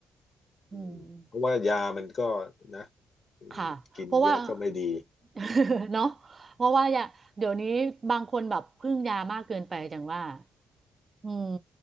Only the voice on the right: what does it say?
อืม
ค่ะเพราะว่า <laughs> เนาะเพราะว่าอย่าเดี๋ยวนี้บางคนแบบพึ่งยามากเกินไปจังว่าอืม